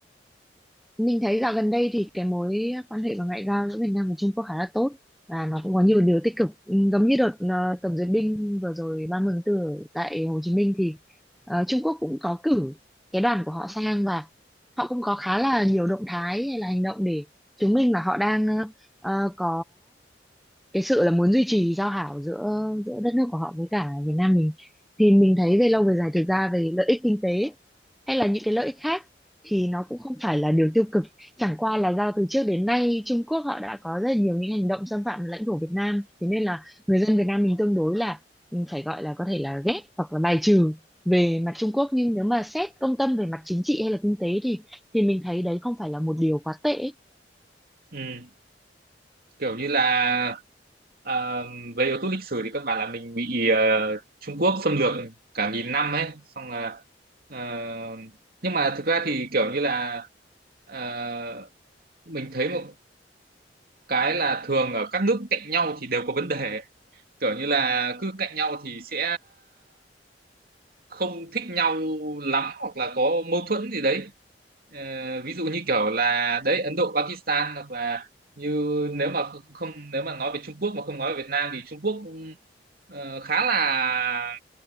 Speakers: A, in the centre; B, on the right (about 60°).
A: mình thấy dạo gần đây thì cái mối quan hệ và ngoại giao giữa Việt Nam và Trung Quốc khá là tốt và nó cũng có nhiều điều tích cực Ừ, giống như đợt ờ, tổng duyệt binh vừa rồi 30 tháng 4 ở tại Hồ Chí Minh thì ờ, Trung Quốc cũng có cử cái đoàn của họ sang và họ cũng có khá là nhiều động thái hay là hành động để chứng minh là họ đang ờ, có cái sự là muốn duy trì giao hảo giữa giữa đất nước của họ với cả Việt Nam mình thì mình thấy về lâu về dài thực ra về lợi ích kinh tế hay là những cái lợi ích khác thì nó cũng không phải là điều tiêu cực chẳng qua là do từ trước đến nay Trung Quốc họ đã có rất là nhiều những hành động xâm phạm lãnh thổ Việt Nam thế nên là người dân Việt Nam mình tương đối là ừ, phải gọi là có thể là ghét hoặc là bài trừ về mặt Trung Quốc nhưng nếu mà xét công tâm về mặt chính trị hay là kinh tế thì thì mình thấy đấy không phải là một điều quá tệ
B: ừ. kiểu như là ờ, về yếu tố lịch sử thì căn bản là mình bị ờ, Trung Quốc xâm lược cả nghìn năm ấy xong là ờ, nhưng mà thực ra thì kiểu như là ờ, mình thấy một cái là thường ở các nước cạnh nhau thì đều có vấn đề kiểu như là cứ cạnh nhau thì sẽ không thích nhau lắm hoặc là có mâu thuẫn gì đấy Ờ, ví dụ như kiểu là đấy Ấn Độ Pakistan hoặc là như nếu mà không nếu mà nói về Trung Quốc mà không nói về Việt Nam thì Trung Quốc ờ, khá là